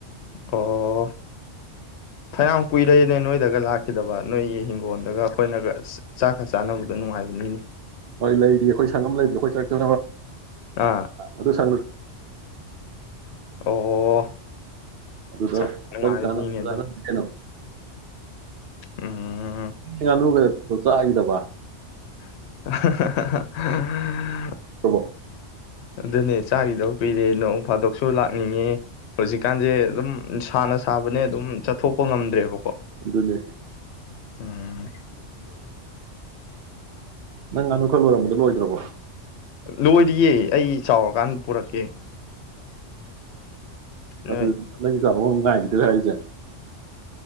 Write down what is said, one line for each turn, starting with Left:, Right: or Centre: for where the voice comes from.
Left: ꯑꯣ ꯐꯌꯥꯝ ꯀꯨꯏꯔꯦꯅꯦ ꯅꯣꯏꯗꯒ ꯂꯥꯛꯈꯤꯗꯕ ꯅꯣꯏꯒꯤ ꯍꯤꯡꯒꯣꯜꯗꯒ ꯑꯩꯈꯣꯏꯅꯒ ꯆꯥꯛꯀ ꯆꯥꯅꯕꯗꯣ ꯅꯨꯡꯉꯥꯏꯕꯅꯤꯅꯤ
Right: ꯃꯣꯏ ꯂꯩꯔꯤ ꯑꯩꯈꯣꯏ ꯁꯪꯉꯝ ꯂꯩꯕꯗꯣ ꯑꯩꯈꯣꯏ ꯆꯛꯇ
Left: ꯑꯥ
Right: ꯑꯗꯨ ꯆꯣ
Left: ꯑꯣ
Right: ꯑꯗꯨꯗ
Left: ꯑꯠꯆꯥ ꯅꯨꯡꯉꯥꯏꯕꯅꯤꯅꯦ
Right: ꯑꯟ ꯀꯥꯅ ꯐꯥꯅ
Left: ꯑꯗꯣ
Right: ꯍꯅꯣ
Left: ꯎꯝ
Right: ꯅ ꯍꯥꯏ ꯕ
Left: ꯍꯥ ꯍꯥ ꯍꯥ ꯍꯥ
Right: ꯈꯪꯕ꯭ꯔꯣ
Left: ꯑꯗꯨꯅꯦ ꯆꯥꯈꯤꯗꯧ ꯄꯤꯔꯦ ꯅꯣꯡ ꯐꯥꯗꯣꯛꯁꯨ ꯂꯥꯛꯅꯤꯡꯉꯦ ꯍꯧꯖꯤꯛꯀꯥꯟꯁꯦ ꯑꯗꯨꯝ ꯁꯥꯅ ꯁꯥꯕꯅꯦ ꯑꯗꯨꯝ ꯆꯠꯊꯣꯛꯄ ꯉꯝꯗ꯭ꯔꯦꯕꯀꯣ
Right: ꯑꯗꯨꯅꯦ
Left: ꯎꯝ
Right: ꯃꯒꯅ ꯋꯥꯈꯜ ꯑꯣꯏꯔꯝꯕꯗꯨ ꯂꯣꯏꯗ꯭ꯔꯕꯣ
Left: ꯂꯣꯏꯗꯤꯌꯦ ꯑꯩ ꯆꯥꯎꯔꯀꯥꯟꯗ ꯄꯨꯔꯛꯀꯦ ꯅꯣꯏ
Right: ꯑꯗꯨ ꯅꯒ ꯉꯥꯏꯈꯤꯗ꯭ꯔꯦ ꯍꯥꯏꯁꯦ